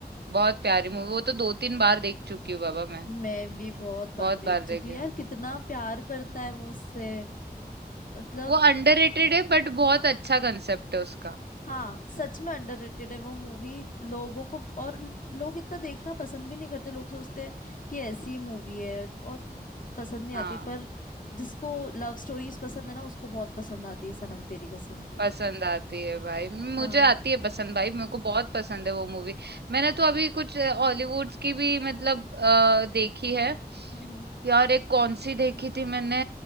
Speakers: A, on the right; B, on the left.
A: बहुत प्यारी मूवी वो तो दो तीन बार देख चुकी हूँ बाबा मैं
B: मैं भी बहुत बार
A: बहुत
B: देख
A: बार देखी
B: चुकी हूँ।
A: हूँ।
B: यार कितना प्यार करता है वो उससे मतलब
A: वो अंडररेटेड है बट बहुत अच्छा कंसेप्ट है उसका
B: हाँ सच में अंडररेटेड है वो मूवी लोगों को और लोग इतना देखना पसंद भी नहीं करते लोग सोचते हैं कि ऐसी मूवी है और पसंद नहीं
A: हाँ
B: आती पर जिसको लव स्टोरीज पसंद है ना उसको बहुत पसंद आती है सनम तेरी कसम भी
A: पसंद आती है भाई
B: हाँ
A: मुझे आती है पसंद भाई मेरे को बहुत पसंद है वो मूवी मैंने तो अभी कुछ हॉलीवुड की भी मतलब अ, देखी है
B: हम्म हम्म
A: यार एक कौन सी देखी थी मैंने